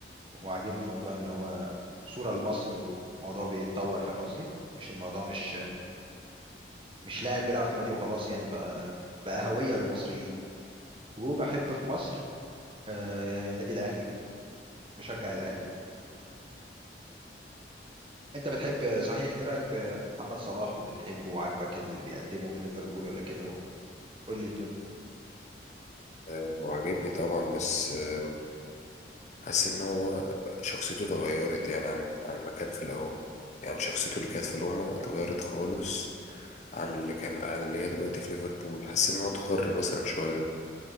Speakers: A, on the right (about 30°); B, on the left (about 40°).
A: وعاجبني موضوع ان هو صوره لمصر وموضوع بيتطور فاهم قصدي مش الموضوع مش مش لاعب بيلعب في نادي وخلاص يعني بقى بقى هويه للمصريين وبحب في مصر آه، النادي الاهلي مشجع الاهلي انت بتحب صحيح ايه رايك في في محمد صلاح وبتحبه وعاجبك اللي بيقدمه في ليفربول ولا كده وقول لي الدنيا
B: آه، وعجبني طبعا بس آه، حاسس ان هو شخصيته اتغيرت يعني عن عن ما كان في الاول يعني شخصيته اللي كانت في روما اتغيرت خالص عن اللي كان عن اللي هي دلوقتي في ليفربول حاسس ان هو اتغر مثلا شوية